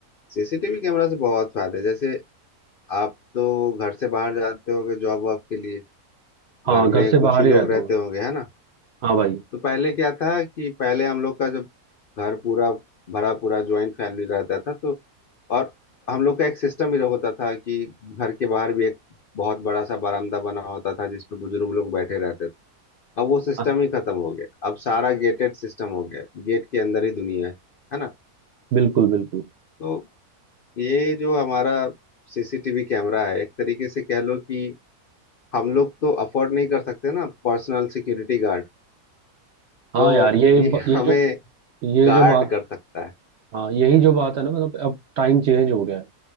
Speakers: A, on the left; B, on the right.
A: सीसीटीवी कैमरा से बहुत फायदा है जैसे आप तो घर से बाहर जाते होंगे जॉब वॉब के लिए
B: हाँ
A: घर
B: घर
A: में
B: से
A: कुछ
B: बाहर
A: ही
B: ही रहता
A: लोग रहते
B: हूँ
A: होंगे है ना
B: हाँ भाई
A: तो पहले क्या था कि पहले हम लोग का जब घर पूरा भरा पूरा ज्वाइंट फैमिली रहता था तो और हम लोग का एक सिस्टम भी होता था कि घर के बाहर भी एक बहुत बड़ा सा बरामदा बना होता था जिसपे बुजुर्ग लोग बैठे रहते थे अब वो सिस्टम
B: हाँ
A: ही खत्म हो गया अब सारा गेटेड सिस्टम हो गया गेट के अंदर ही दुनिया है है ना
B: बिल्कुल बिल्कुल
A: तो ये जो हमारा सीसीटीवी कैमरा है एक तरीके से कह लो कि हम लोग तो अफोर्ड नहीं कर सकते ना पर्सनल सिक्योरिटी गार्ड
B: हाँ
A: तो
B: यार ये
A: ये
B: ब-
A: <laughs>
B: ये
A: हमें
B: जो ये
A: गार्ड
B: जो बात
A: कर सकता है
B: हाँ यही जो बात है ना मतलब अब टाइम चेंज हो गया है